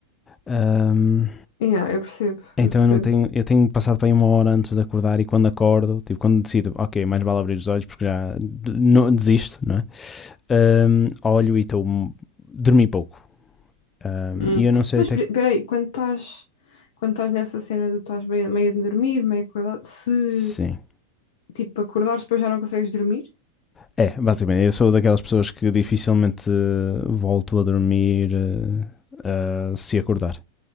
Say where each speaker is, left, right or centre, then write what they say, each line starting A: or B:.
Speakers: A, on the left; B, on the left.
A: Ahm,
B: Yeah, eu percebo,
A: então
B: eu percebo.
A: eu não tenho, eu tenho passado para aí uma hora antes de acordar e quando acordo, tipo, quando decido, ok, mais vale abrir os olhos porque já não, desisto, não é? Ahm, olho e estou dormi pouco. Ahm,
B: Hum.
A: e
B: Então,
A: eu não sei
B: Mas
A: até
B: pe-
A: que.
B: peraí, quando estás, quando estás nessa cena de estás meio, meio a dormir, meio acordado, se
A: Sim.
B: tipo acordares depois já não consegues dormir?
A: É, basicamente, eu sou daquelas pessoas que dificilmente eh, volto a dormir eh, ah, se acordar.